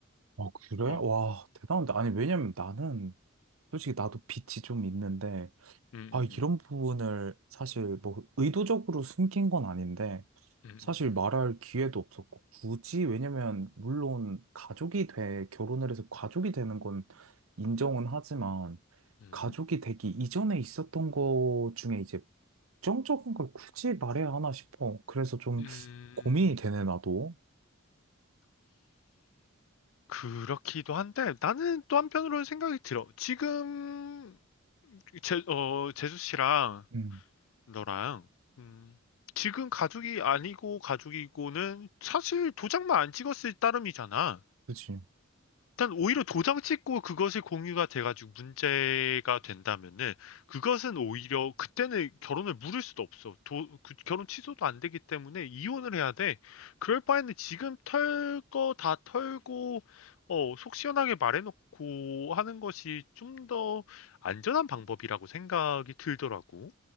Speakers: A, on the right; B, on the left.
A: 아, 그래?
B: 어,
A: 와, 대단한데. 아니, 왜냐면 나는, 솔직히 나도 빛이 좀 있는데,
B: 음,
A: 아, 이런
B: 음,
A: 부분을 사실 뭐 의도적으로 숨긴 건 아닌데,
B: 음, 음,
A: 사실
B: 음,
A: 말할 기회도 없었고, 굳이, 왜냐면, 물론 가족이 돼, 결혼을 해서 가족이 되는 건 인정은 하지만,
B: 음,
A: 가족이
B: 음,
A: 되기 이전에 있었던 거 중에 이제 정적인 걸 굳이 말해야 하나 싶어. 그래서 좀
B: 음, 음.
A: 고민이 되네, 나도.
B: 그렇기도 한데 나는 또 한편으로는 생각이 들어. 지금 제, 어, 제수 씨랑
A: 음,
B: 너랑 음, 지금 가족이 아니고 가족이고는 사실 도장만 안 찍었을 따름이잖아.
A: 그치.
B: 일단 오히려 도장 찍고 그것이 공유가 돼가지고 문제가 된다면은 그것은 오히려 그때는 결혼을 물을 수도 없어. 도, 그 결혼 취소도 안 되기 때문에 이혼을 해야 돼. 그럴 바에는 지금 털 거 다 털고 어, 속 시원하게 말해놓고 하는 것이 좀 더 안전한 방법이라고 생각이 들더라고.